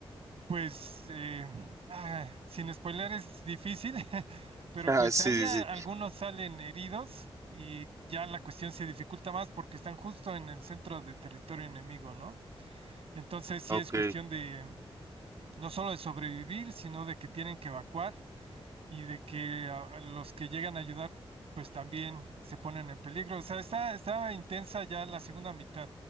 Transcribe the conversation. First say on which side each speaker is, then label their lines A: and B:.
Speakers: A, on the right; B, on the right.
A: pues, eh, ah, sin spoiler es difícil, <laughs> pero
B: Ah,
A: pues
B: sí,
A: ahí a-
B: sí,
A: algunos
B: sí.
A: salen heridos y ya la cuestión se dificulta más porque están justo en el centro de territorio enemigo, ¿no? Entonces sí
B: Ok,
A: es cuestión de no solo de sobrevivir, sino de que tienen que evacuar y de que a- a los que llegan a ayudar, pues también se ponen en peligro. O sea, está, estaba intensa ya la segunda mitad.